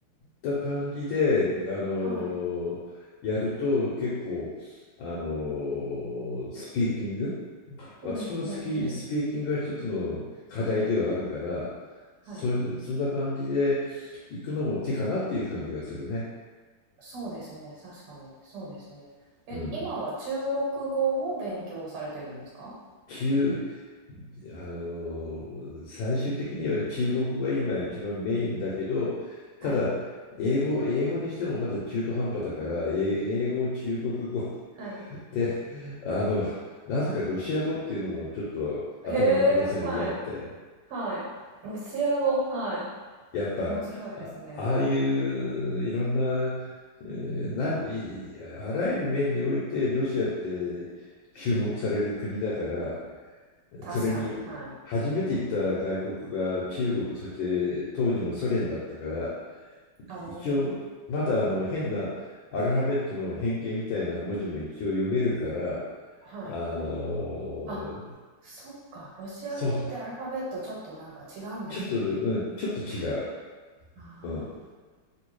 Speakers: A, on the left; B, on the right.
A: た感じで、あのやると結構、
B: はい。
A: あのスピーキング、
B: うんうんうん。
A: 私も好き、スピーキングが一つの課題ではあるから、
B: はい。
A: それで、そんな感じで行くのも手かなっていう感じはするね。
B: そうですね、確かに、そうですね。え、
A: うん。
B: 今は中国語を勉強されてるんですか？
A: 中、あの、最終的には中国語が今一番メインだけど、ただ、
B: はい、
A: 英語、英語にしてもまだ中途半端だから、英英語、中国語 <laughs>
B: はい。
A: で、あの、なぜかロシア語っていうのもちょっと頭の片隅にあって、
B: へえ、はい、はい。ロシア語、はい。
A: やっぱ、
B: 面白いですね。
A: あ、ああいういろんな、えーなんいあらゆる面においてロシアって注目される国だから、
B: 確かに、
A: それに初めて行った外国が中国、
B: はい。
A: そして当時のソ連だったから、
B: あ、おお、
A: 一応まだあの変なアルファベットの変形みたいな文字も一応読めるから、
B: はい。
A: あの
B: あ、そっか、ロシア語ってアルファベットちょっとなんか違うんですよね。
A: そうちょっと、うん、ちょっと違う。
B: あー
A: うん、